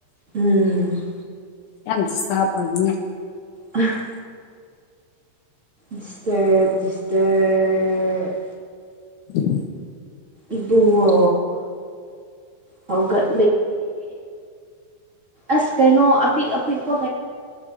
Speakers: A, on the right; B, on the left.
A: ꯎꯝ
B: ꯌꯥꯝ ꯗꯤꯁꯇꯞ ꯑꯣꯏ
A: ꯑ ꯗꯤꯁꯇꯔꯞ ꯗꯤꯁꯇꯔꯞ
B: ꯎ <inaudible>
A: ꯏꯕꯨꯡꯉꯣ ꯍꯧꯒꯠ ꯑꯁ ꯀꯩꯅꯣ ꯑꯄꯤꯛ ꯑꯄꯤꯛꯄ